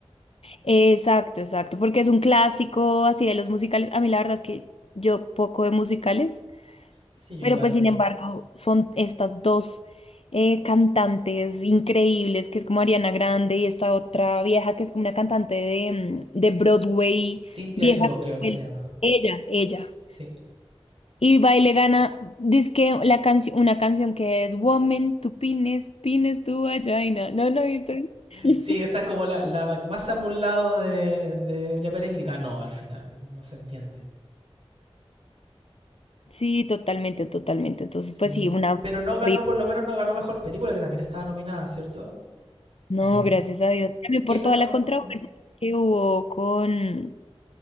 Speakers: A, on the left; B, on the right.
A: Exacto, exacto, porque es un clásico así de los musicales. A mí la verdad es que yo poco de musicales.
B: Sí, yo
A: Pero
B: igual.
A: pues sin embargo son estas dos eh, cantantes increíbles, que es como Ariana Grande y esta otra vieja que es como una cantante de, mm, de Broadway,
B: Cintia
A: vieja.
B: Erivo, creo que
A: escuela.
B: se llama.
A: Ella, ella.
B: Sí,
A: Y va y le gana, dizque la canción, una canción que es Woman, tu pines, pines tu vagina. ¿No lo viste? <laughs>
B: sí, esa es como la, la más ambulado de, de Emilia Pérez y diga, "Ah, no, al final, no se entiende.
A: Sí, totalmente, totalmente. Entonces,
B: Sí,
A: pues sí, una...
B: pero no ganó,
A: horrible.
B: por lo menos no ganó mejor película, que también estaba nominada, ¿cierto?
A: No,
B: ¿O no?
A: gracias a Dios. También
B: ¿Y ¿Quién
A: por
B: ganó?
A: toda la controversia que hubo con,